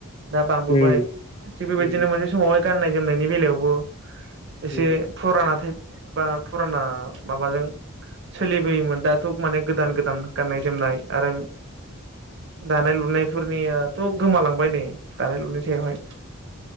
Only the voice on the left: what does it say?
उम
उम
उम